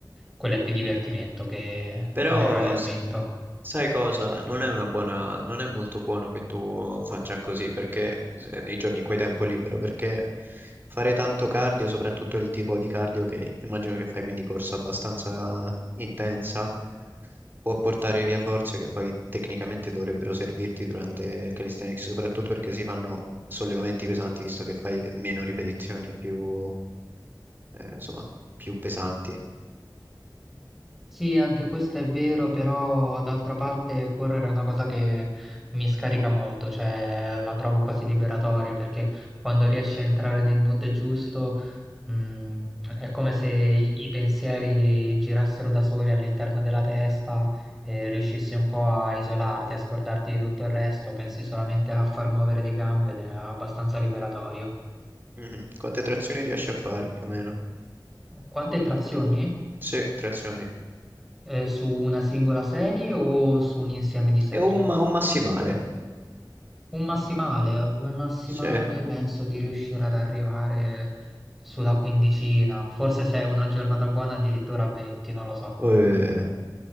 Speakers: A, in the centre; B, on the right (about 25°).
A: quello è più divertimento che
B: Però
A: vero allenamento.
B: s- Sai cosa? Non è una buona, non è molto buono che tu faccia così perché se- nei giorni in cui hai tempo libero, perché fare tanto cardio, soprattutto il tipo di cardio che immagino che fai, quindi corsa abbastanza intensa, può portare via forze che poi tecnicamente dovrebbero servirti durante il calisthenics, soprattutto perché si fanno sollevamenti pesanti, visto che fai meno ripetizioni e più, eh, insomma, più pesanti.
A: Sì, anche questo è vero, però d'altra parte correre è una cosa che mi scarica molto, cioè la trovo quasi liberatoria perché quando riesci a entrare nel mood giusto Mm, è come se i i pensieri girassero da soli all'interno della testa e riuscissi un po' a isolarti, a scordarti di tutto il resto, pensi solamente a far muovere le gambe ed è abbastanza liberatorio.
B: Mhm. Quante trazioni riesci a fare più o meno?
A: Quante trazioni?
B: Sì, trazioni.
A: Eh, su una singola serie o su un insieme di serie?
B: È un, ma- un massimale.
A: Un massimale, come massimale
B: Sì,
A: penso di riuscire ad arrivare sulla quindicina, forse se è una giornata buona addirittura a 20, non lo so,
B: Eh,